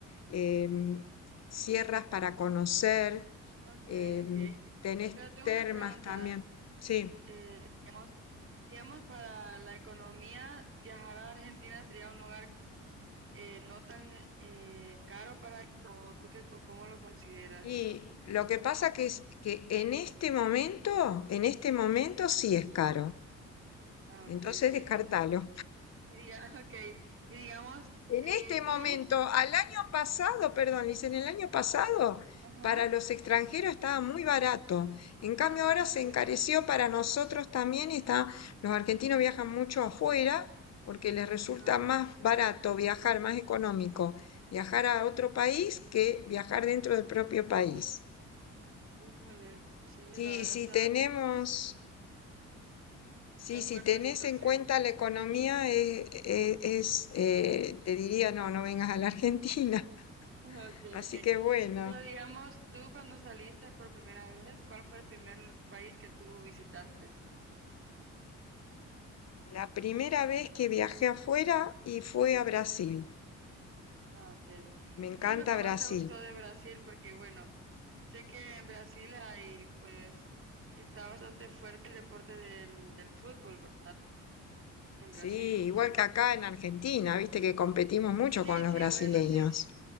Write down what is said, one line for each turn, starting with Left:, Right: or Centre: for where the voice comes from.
Left: em, sierras para conocer,
Right: Ok,
Left: em,
Right: ok.
Left: tenés
Right: Pero tengo
Left: termas
Right: una pregunta.
Left: también. Sí,
Right: eh, digamos, digamos, para la economía, viajar a Argentina sería un lugar eh, no tan eh, caro para ir, o tú qué, co- cómo lo consideras.
Left: Y lo que pasa que es que en este momento, en este momento sí es caro.
Right: Ah,
Left: Entonces
Right: ok, ok.
Left: descartalo.
Right: Y, diga, <laughs> okay. Y digamos,
Left: En
Right: eh,
Left: este
Right: tú,
Left: momento, al año pasado, perdón, Liz, en el año pasado,
Right: ajá,
Left: para los extranjeros estaba muy barato. En cambio,
Right: ah,
Left: ahora se
Right: pucha,
Left: encareció para nosotros también. y Está, los argentinos viajan mucho afuera porque les resulta
Right: ajá,
Left: más barato viajar, más económico, viajar a otro país que viajar dentro del propio país.
Right: híjole, sí,
Left: Sí,
Right: la verdad
Left: si
Right: está,
Left: tenemos,
Right: está
Left: sí, si
Right: fuerte
Left: tenés
Right: la situación.
Left: en cuenta la economía,
Right: Ujú.
Left: eh, eh, es, eh, te diría, no, no vengas a la Argentina.
Right: okay
Left: Así
Right: okay
Left: que bueno,
Right: Pero digamos, tú cuando saliste por primera vez, ¿cuál fue el primer país que tú visitaste?
Left: la primera vez que viajé afuera y fue a Brasil.
Right: Ah, ok. ¿Qué
Left: Me encanta
Right: es lo que
Left: Brasil.
Right: más te gustó de Brasil? Porque bueno, sé que en Brasil hay, pues, está bastante fuerte el deporte del, del fútbol, ¿verdad? En
Left: Sí,
Right: Brasil.
Left: igual que acá en Argentina, viste que competimos mucho
Right: Sí,
Left: con los
Right: sí,
Left: brasileños.
Right: bueno, sí, sí.